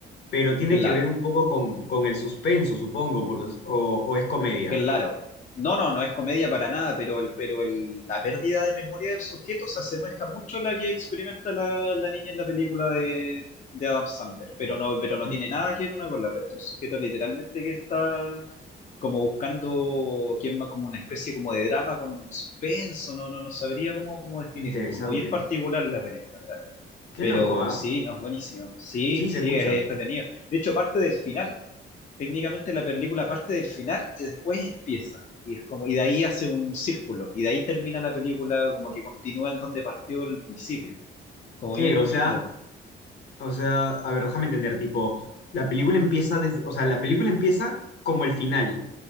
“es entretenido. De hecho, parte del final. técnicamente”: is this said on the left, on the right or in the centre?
Left